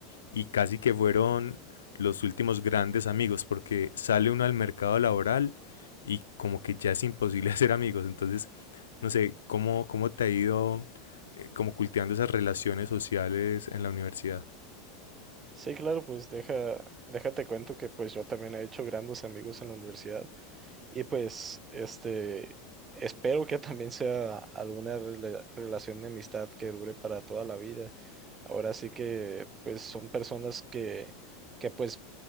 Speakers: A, on the left; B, on the right.
A: y casi que fueron los últimos grandes amigos, porque sale uno al mercado laboral y como que ya es imposible <laughs> hacer amigos. Entonces, no sé, ¿cómo, cómo te ha ido eh, como cultivando esas relaciones sociales en la universidad?
B: Sí, claro, pues deja, déjate cuento que pues yo también he hecho grandes amigos en la universidad. Y pues, este, espero que también sea alguna rela- relación de amistad que dure para toda la vida. Ahora sí que, pues, son personas que, que pues,